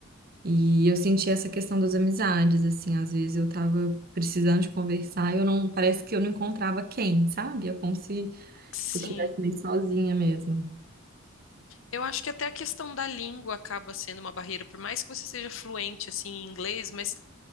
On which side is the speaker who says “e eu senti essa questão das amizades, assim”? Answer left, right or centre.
Right